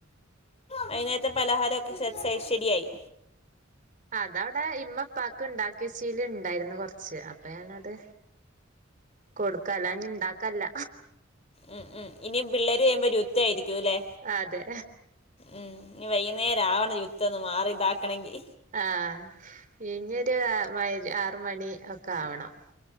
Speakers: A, on the left; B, on the right.
A: വൈകുന്നേരത്തെ പലഹാരൊക്കെ സെറ്റ് ശെരിയായി
B: അതവടെ ഇമ്മപ്പാക്ക് ണ്ടാക്കെച്ചീല് ണ്ടായിര്ന്നു കൊർച്ച് അപ്പൊ ഞാനത് കൊടുക്ക അല്ല ഞ്ഞി ഇണ്ടാക്ക ല്ല
A: ഉം ഉം ഇനീം പിള്ളേര് വെരുമ്പോ രുദ്ധായിരിക്കൂലേ
B: അതെ
A: ഉം ഞ്ഞി വൈകുന്നേരാവണം യുട്ദ്ധോന്ന് മാറി ഇതാക്കണെങ്കി
B: ആഹ് ഇഞ്ഞൊരു മൈ ആറ് മണി ഒക്കെ ആവണം